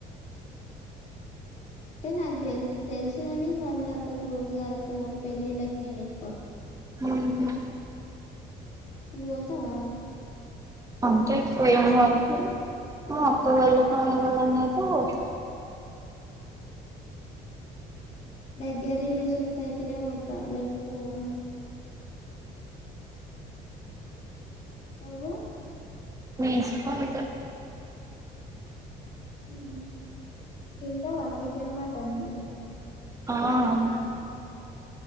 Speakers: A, on the left; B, on the right.
A: అంటే నాకు తెలు తెలుసు కాని వాళ్ళు అంత క్లోజ్ గాదు పోను పెళ్ళిళ్ళకి నేను ఎక్కువ
B: ఉహు
A: నువ్ పోతవా
B: అంటే ఎక్కువేం పోను మా అక్క వాళ్ళ <unintelligible> వాళ్ళు అందర్ పోతా
A: దగ్గరిలేషన్స్ అయితేనే పోతా లేకుంటే పోను నువ్వు
B: నేను సుత అంతే
A: ఉహు తింటావా చికెన్ మటన్ నువు
B: ఆ నువ్వు